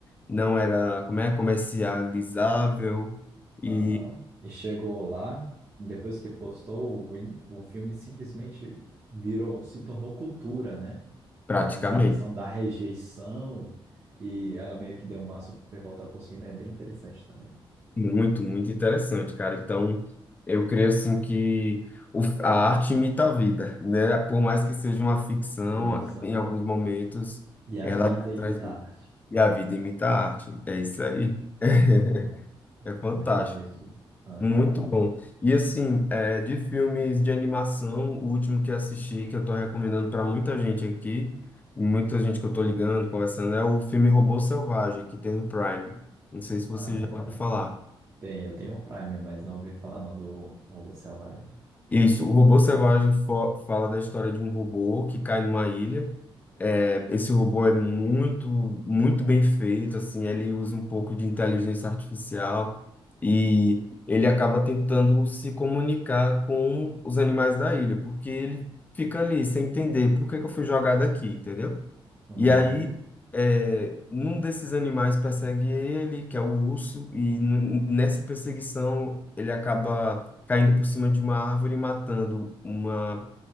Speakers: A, on the left (about 20°); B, on the right (about 30°).
A: não era, como é, comercializável. E
B: Aham. E chegou lá, depois que postou, o, in- o filme simplesmente virou, se tornou cultura, né?
A: Praticamente.
B: Então, essa questão da rejeição, e ela meio que deu uma super volta por cima, é bem interessante também.
A: Muito, muito interessante, cara. Então, eu creio assim que o- a arte imita a vida, né? Por mais que seja uma ficção,
B: Isso.
A: em alguns momentos
B: E a
A: ela
B: vida imita
A: transmite.
B: a arte.
A: E a vida
B: Aham.
A: imita a arte. É isso
B: É,
A: aí. <laughs>
B: é muito.
A: É fantástico.
B: Muito divertido. Aham.
A: Muito bom. E assim, é, de filmes de animação, o último que assisti, que eu tô recomendando para muita gente aqui, muita gente que eu tô ligando, conversando, é o filme Robô Selvagem, que tem no Prime. Não sei se você
B: Ah, legal.
A: já ouviu falar.
B: Bem, eu tenho o Prime, mas não ouvi falar não do Robô Selvagem.
A: Isso, o robô selvagem fo- fala da história de um robô que cai numa ilha. É, esse robô é muito, muito bem feito, assim, ele usa um pouco de inteligência artificial e ele acaba tentando se comunicar com os animais da ilha, porque ele fica ali sem entender por que que eu fui jogado aqui, entendeu?
B: Uhum,
A: E aí, é, um desses animais persegue ele, que é o urso, e n- nessa perseguição ele acaba caindo por cima de uma árvore e matando uma,